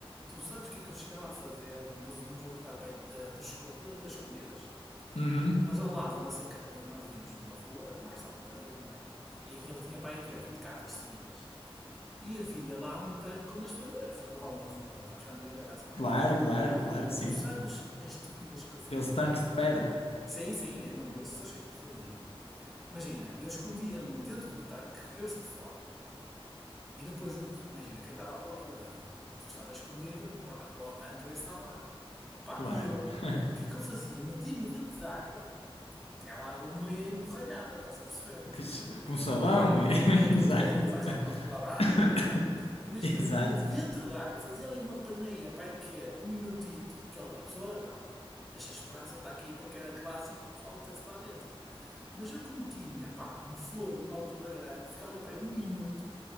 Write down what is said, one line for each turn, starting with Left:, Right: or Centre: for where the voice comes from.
Centre: tu sabes o que é que eu chegava a fazer no, no jogo da, apen- da, do esco- da- das escondidas?
Left: Uhum.
Centre: Nós ao lado da nossa casa, nós víamos uma rua, mais da aldeia, não é? E aquele tinha para aí que é 20 casas seguidas. E havia lá um tanque onde as pessoas, as pessoas lavavam uma roupa, sabes que antigamente era assim, lavavam
Left: Claro,
Centre: uma roupa.
Left: claro, claro que sim.
Centre: Tu sabes a estupidez que eu fazia?
Left: Aqueles tanques de pedra.
Centre: Sim, sim, é mesmo isso. Sabes o que é que eu fazia? Imagina, eu escondia-me dentro do tanque, cabeça de fora. E depois, o- imagina, quem estava à procura do, do que estava escondido, claro, o Tangra está lá. Pá,
Left: Claro.
Centre: e eu, o
Left: <laughs>
Centre: que é que eu fazia? Metia-me dentro de água, aquela água meio emborralhada, estás a perceber?
Left: Que ch- Com sabão. e- <laughs>
Centre: Com
Left: Exato.
Centre: tudo, e mais alguma coisa, lavagem,
Left: <coughs>
Centre: não é? Imagina,
Left: Exato.
Centre: eu punha-me dentro de água, fazia ali uma paneia, pá, de quê? Um minutito, que ele- a pessoa, não, deixa esperar, se ele está aqui porque era clássico, o pessoal metesse lá dentro. Mas eu como tinha, pá, um fogo na altura grande, ficava ali, pá, um minuto,